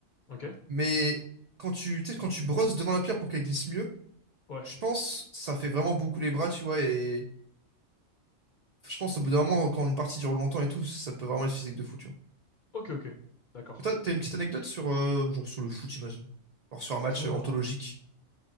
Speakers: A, on the left; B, on the right.
A: Ok.
B: Mais quand tu, tu sais, quand tu brosses devant la pierre pour qu'elle glisse mieux,
A: Ouais.
B: je pense ça fait vraiment beaucoup les bras, tu vois. Et je pense au bout d'un moment, quand une partie dure longtemps et tout, ça peut vraiment être physique de fou, tu vois.
A: Ok ok. D'accord.
B: Et toi, t'as une petite anecdote sur, euh, genre sur le foot, imagine. Genre sur un match
A: Pouah.
B: euh, anthologique.